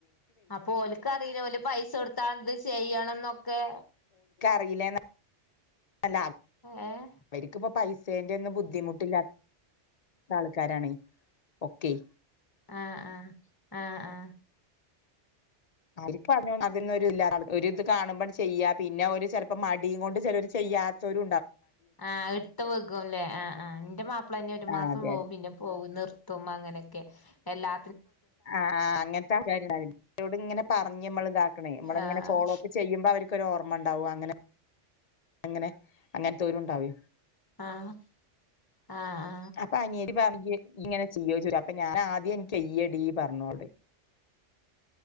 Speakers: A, on the left; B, on the left.
A: അപ്പൊ ഓൽക്ക് അറീല്ല ഓ ല് പൈസ കൊടുത്താ ഇത് ചെയ്യണംന്നൊക്കെ.
B: <unintelligible>
A: ഏഹ്
B: അവര്ക്കിപ്പ പൈസ് സേൻ്റെ ഒന്നും ബുദ്ധിമുട്ടില്ലാത്ത ആൾക്കാരണെ ഒക്കേ.
A: ആ ആ ആ ആ
B: <unintelligible> ഇല്ലാ ഒരു ഇത് കാണുമ്പാണ്ട് ചെയ്യാ, പിന്നെ ഒരു ചിലപ്പോ മടിയും കൊണ്ട് ചെലോര് ചെയ് യ്യാത്തൊരു
A: ആ അതിട്ത്ത് വിഗും ലേ. ആ ആ എന്റെ മാപ്പിളന്നെ ഒരു
B: ആ
A: മാസം
B: അതെ
A: പോവും
B: അതെ
A: പിന്നെ പോവും നിർത്തും. അങ്ങനെ ക്കെ. എല്ലാ
B: ആ ആ അങ്ങൻത്തെ ആൾകാര് ണ്ടാവൽ ണ്ട്. ഇന്നോട് ഇങ്ങനെ പറഞ്ഞ് നമ്മൾ ഇതാക്കണേ നമ്മളങ്ങനെ
A: ആഹ്
B: ഫോളോ അപ്പ് ചെയ്യുമ്പ വ ർക്കൊരോർമ്മ ണ്ടാവും അങ്ങനെ. അങ്ങനെ അങ്ങൻത്തോരും ഉണ്ടാവേ.
A: ആഹ് ആഹ്
B: അപ്പ അനിയത്തി പറഞ്ഞ് ഇങ്ങനെ ചെയ്യോ യ്ച്ച് അപ്പൊ ഞാൻ ആദ്യം ഇൻക്കെയ്യടി പറഞ്ഞോളോട്.